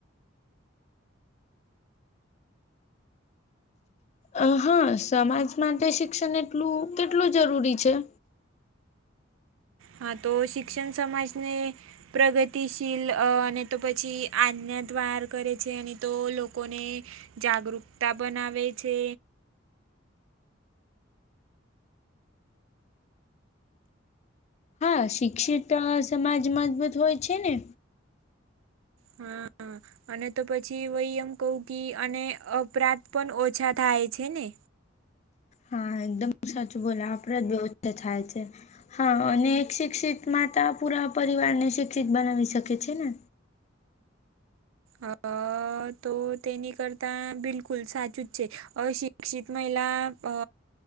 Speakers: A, on the left; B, on the right.
A: અ હહ સમાજ માટે શિક્ષણ એટલું કેટલું જરૂરી છે?
B: હા તો શિક્ષણ સમાજને પ્રગતિશીલ અને તો પછી આજ્ઞદ્વાર કરે છે અને તો લોકોને જાગૃકતા બનાવે છે.
A: હા શિક્ષિત સમાજ મજબૂત હોય છે ને?
B: હા અને તો પછી વય એમ કહું કી અને અપરાધ પન ઓછા થાય છે ને?
A: હા એકદમ સાચું બોલા આપડે જ બહુ એ થાય છે. હા અને એક શિક્ષિત માતા પુરા પરિવારને શિક્ષિત બનાવી શકે છે ને?
B: અ તો તેની કરતા બિલકુલ સાચું જ છે. અશિક્ષિત મહિલા અ